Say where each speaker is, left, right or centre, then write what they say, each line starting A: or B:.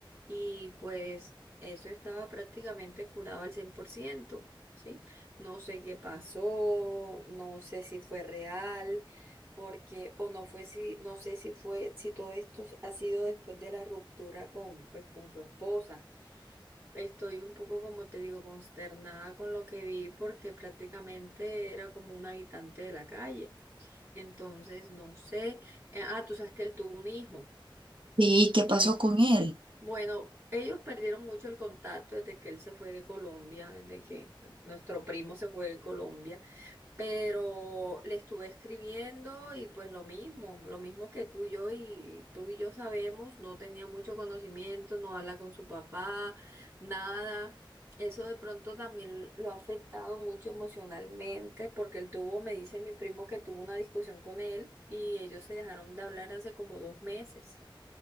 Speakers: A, on the right (about 25°); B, on the right (about 70°).
A: y pues eso estaba prácticamente curado al 100%, ¿sí? No sé qué pasó, no sé si fue real, porque, o no fue si, no sé si fue, si todo esto ha sido después de la ruptura con, pues, con su esposa. Estoy un poco, como te digo, consternada con lo que vi porque prácticamente era como un habitante de la calle. Entonces, no sé. Eh, ah, tú sabes que él tuvo un hijo.
B: ¿y qué pasó
A: Sí.
B: con él?
A: Bueno, ellos perdieron mucho el contacto desde que él se fue de Colombia, desde que pues, nuestro primo se fue de Colombia pero le estuve escribiendo y pues lo mismo, lo mismo que tú y yo y tú y yo sabemos, no tenía mucho conocimiento, no habla con su papá, nada. Eso de pronto también lo ha afectado mucho emocionalmente porque él tuvo, me dice mi primo que tuvo una discusión con él y ellos se dejaron de hablar hace como dos meses.